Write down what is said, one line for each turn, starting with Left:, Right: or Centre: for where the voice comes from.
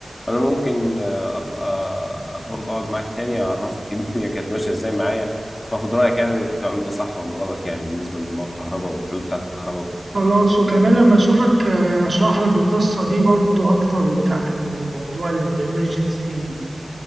Left: فانا ممكن آه، ابقى برضه اقعد معاك تاني اعرفك <laughs> إيه الدنيا كانت ماشية ازاي معايا واخد رأيك يعني اللي كنت بعمله ده صح ولا غلط يعني بالنسبة لموضوع الكهرباء والحلول بتاعت الكهرباء وكده
Right: خلاص وكمان لما أشوفك آه، أشرح لك القصة دي برضو أكتر بتاعت الموضوع الإمرجنسي